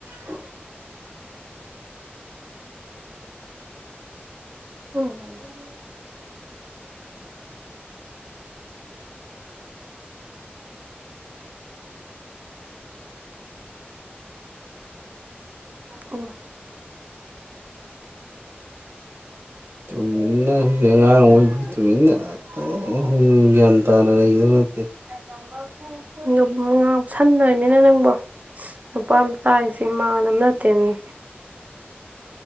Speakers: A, on the right (about 75°); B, on the right (about 40°).
A: ꯑ <inaudible>
B: ꯎꯝ <inaudible> ꯎꯝ
A: <inaudible> <inaudible> <inaudible> ꯒ꯭ꯌꯥꯟ ꯇꯥꯅ ꯂꯩꯒꯗꯕ ꯅꯠꯇꯦ
B: ꯇꯝꯕꯕꯨ ꯉ ꯁꯟꯅꯣꯏꯅꯤꯅ ꯅꯪꯕꯣ ꯅꯨꯄꯥ ꯑꯃ ꯆꯥꯔꯤꯁꯦ ꯃꯥꯟꯅꯕ ꯅꯠꯇꯦꯅꯤ